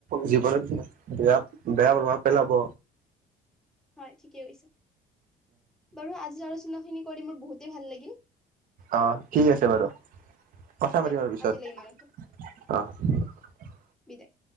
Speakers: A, on the right; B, in the centre.
A: জীৱনত বেয়া- বেয়া প্ৰভাৱ পেলাব।
B: হয়, ঠিকেই কৈছা। বাৰু আজিৰ আলোচনাখিনি কৰি মোৰ বহুতে ভাল লাগিল।
A: অ' ঠিক আছে বাৰু। কথা
B: দিয়া
A: পাতিবা পিছত
B: আজিলৈ ইমানতে
A: । অ'।
B: বিদায়।